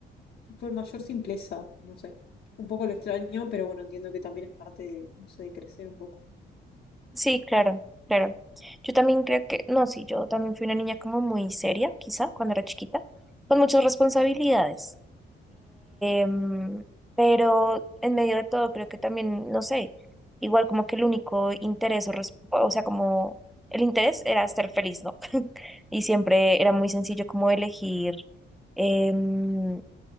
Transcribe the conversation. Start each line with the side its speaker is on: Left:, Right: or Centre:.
Left: con mayor simpleza, no sé. Un poco lo extraño, pero bueno, entiendo que también es parte de, no sé, de crecer un poco.
Centre: Sí, claro, claro. Yo también creo que, no, sí, yo también fui una niña como muy seria, quizá, cuando era chiquita, con muchas responsabilidades. Em, pero en medio de todo, creo que también, no sé, igual como que el único interés, o, res- o sea, como el interés era estar feliz, ¿no? Y siempre era muy sencillo como elegir em,